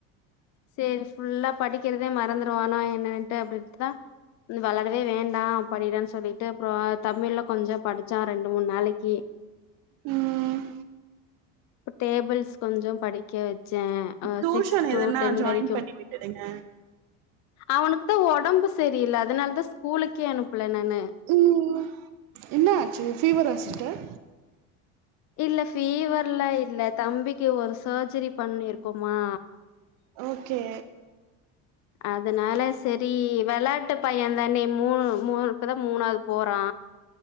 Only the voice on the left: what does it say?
சேரி ஃபுல்லா படிக்கிறதே மறந்துருவானா என்னன்ட்டு அப்டின்ட்டுதா நீ வளரவே வேண்டா படிடான்னு சொல்லிட்டு அப்புற தமிழ்ல கொஞ்ச படிச்சா ரெண்டு மூணு நாளைக்கி
இப்ப டேபிள்ஸ் கொஞ்ச படிக்க வச் ச ஆ
சிக்ஸ் டூ
டென்
வரைக்கும்
அவனுக்குதா ஒடம்பு சரியில்ல அதனாலதா ஸ்கூலுக்கே அனுப்புல நானு
இல்ல ஃபீவர்ல்லா இல்ல தம்பிக்கு ஒரு சர்ஜரி பண்ணிருக்கோமா
அதனால செரி வெளாட்ட பையன் தானே மூணு மூணு இப்பதா மூணாவது போறா